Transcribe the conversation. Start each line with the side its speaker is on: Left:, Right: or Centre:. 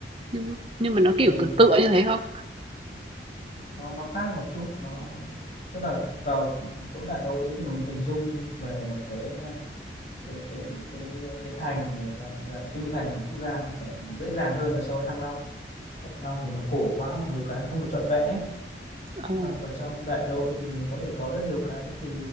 Right: Nhưng nhưng mà nó
Left: ừ,
Right: kiểu tựa tựa
Left: nó
Right: như thế không?
Left: nó nó khác một chút nó tức là vào chỗ Đại Nội ấy thì mình hình dung về một cái cái cái cái cái thành dạng, dạng kinh thành của Quốc Gia sẽ dễ dàng hơn là so với Thăng Long Thăng Long thì nó cổ quá nhiều cái nó không được trọn vẹn ấy
Right: Ồ,
Left: còn vào trong Đại Nội thì mình có thể có rất nhiều cái từ